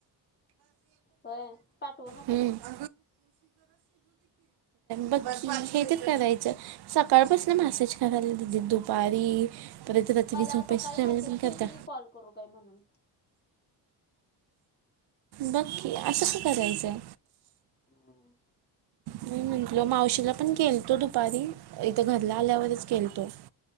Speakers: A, on the left; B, on the right.
A: होय पाठवू नकोस
B: हम्म बघ की हे ते तर करायचं सकाळपासून मॅसेज करायला दिदी दुपारी परत रात्री
A: मला
B: झोप्याच
A: सकाळी
B: टाइमला
A: मेसेज
B: पण
A: केलती
B: करत्या
A: की कॉल करू काय म्हणून
B: बघकी असं का करायचंय
A: हम्म
B: मी म्हट मावशीला पण केलतो दुपारी इथं
A: हम्म.
B: घरला आल्यावरच केलतो